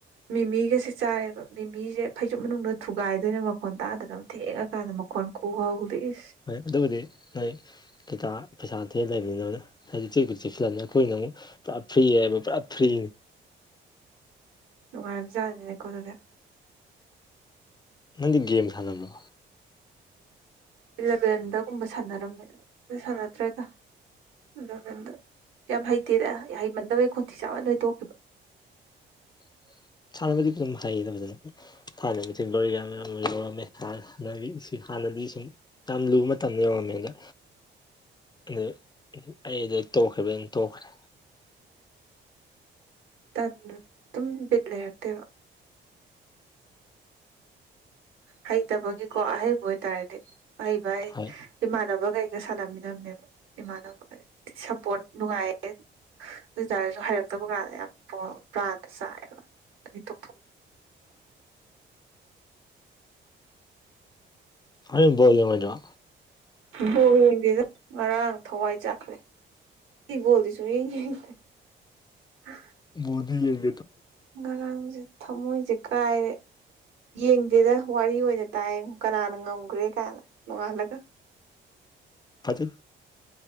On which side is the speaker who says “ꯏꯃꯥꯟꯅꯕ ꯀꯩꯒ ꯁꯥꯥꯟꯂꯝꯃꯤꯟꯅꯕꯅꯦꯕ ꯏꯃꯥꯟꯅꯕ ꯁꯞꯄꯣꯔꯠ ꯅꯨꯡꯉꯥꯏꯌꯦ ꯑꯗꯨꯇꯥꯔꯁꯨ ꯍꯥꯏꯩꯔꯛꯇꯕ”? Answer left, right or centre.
Right